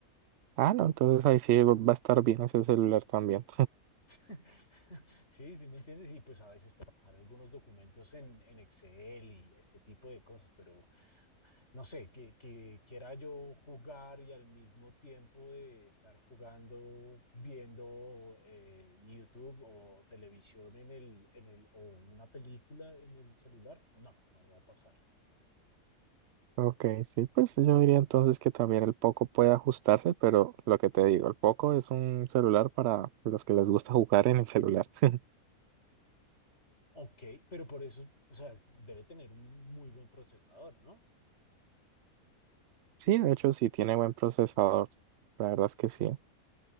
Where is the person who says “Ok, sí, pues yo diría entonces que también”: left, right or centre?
Right